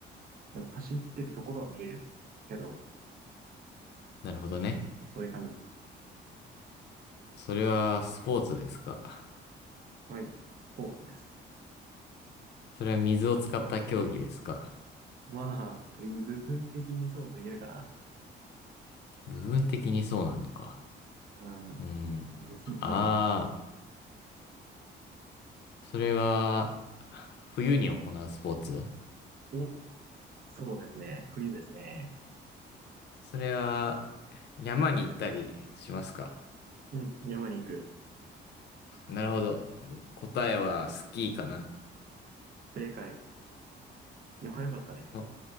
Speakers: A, on the right (about 50°); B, on the left (about 60°).
A: でも走ってるところは見えるけど、
B: なるほどね。
A: そういう感じ。
B: それはスポーツですか。
A: はい。スポーツです。
B: それは水を使った競技ですか。
A: まあ、部分的にそうと言えるか
B: 部分的にそうなんのか。
A: な。
B: うん。
A: うん。ですね。ま
B: ああ、それは、冬に行うスポーツ
A: あ、お、そうですね。冬ですね。
B: それは、山に行ったりしますか。
A: うん、山に行く。
B: なるほど。答えはスキーかな。
A: 正解。いや、早かったね。
B: も